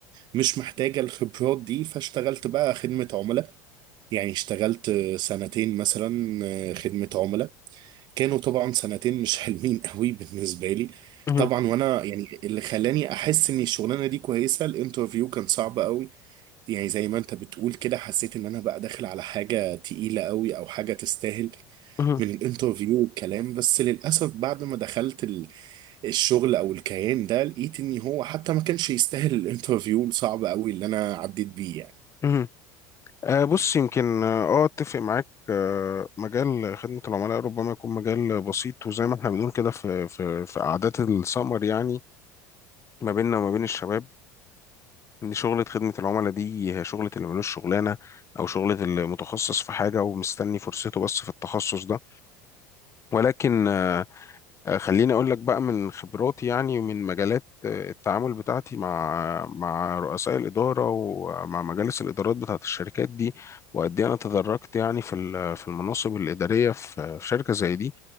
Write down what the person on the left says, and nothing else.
مهم.
مهم.
مهم. آه، بص يمكن اه آه، اتفق معاك آه، مجال خدمة العملاء ربما يكون مجال بسيط وزي ما احنا بنقول كده في في في قعدات السمر يعني ما بيننا وما بين الشباب ان شغلة خدمة العملاء دي هي شغلة اللي ملوش شغلانة او شغلة اللي متخصص في حاجة ومستني فرصته بس في التخصص ده ولكن آه، آه، خليني اقول لك بقى من خبراتي يعني ومن مجالات آه، التعامل بتاعتي مع مع رؤساء الاداره ومع مجالس الادارات بتاعت الشركات دي وقد ايه انا تدرجت يعني في ال- في المناصب الاداريه في في شركه زي دي